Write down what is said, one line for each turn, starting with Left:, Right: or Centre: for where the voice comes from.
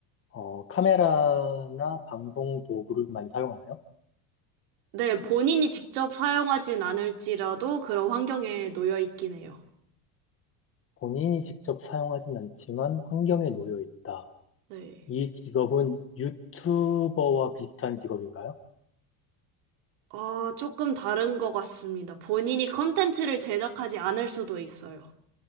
Left: 어, 카메라나 방송 도구를 많이 사용하나요?
Right: 네, 본인이 직접 사용하진 않을지라도 그런 환경에 놓여 있긴 해요.
Left: 본인이 직접 사용하진 않지만 환경에 놓여 있다.
Right: 네.
Left: 이 직업은 유튜버와 비슷한 직업인가요?
Right: 어, 조금 다른 것 같습니다. 본인이 컨텐츠를 제작하지 않을 수도 있어요.